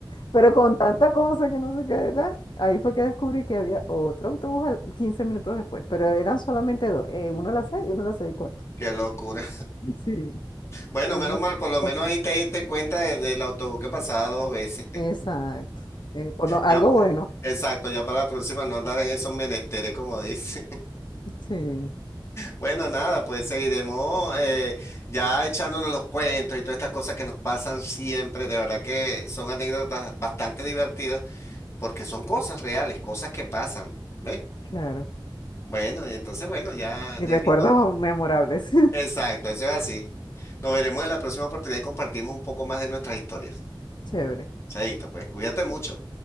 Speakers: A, on the left; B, on the left.
A: Pero con tanta cosa que no sé qué era, ahí fue que descubrí que había otro autobús al- 15 minutos después, pero eran solamente dos, eh, uno a las seis y uno a las seis y cuarto.
B: Qué locura.
A: Sí,
B: Bueno,
A: demasiado
B: menos mal, por lo menos
A: cómico.
B: ahí te diste cuenta de- del autobús que pasaba dos veces. <laughs>
A: Exacto. Eh, por lo, algo
B: Ya,
A: bueno.
B: exacto, ya para la próxima no andar en esos menesteres, como dice.
A: Sí,
B: Bueno, nada, pues seguiremos eh, ya echándonos los cuentos y todas estas cosas que nos pasan siempre. De verdad que son anécdotas bastante divertidas porque son cosas reales, cosas que pasan, ¿ves?
A: claro.
B: Bueno, y entonces, bueno, ya
A: Y
B: Nelly,
A: recuerdos
B: no.
A: memorables.
B: Exacto, eso es así. Nos veremos en la próxima oportunidad y compartimos un poco más de nuestras historias.
A: <laughs> Chévere.
B: Chaito, pues cuídate mucho.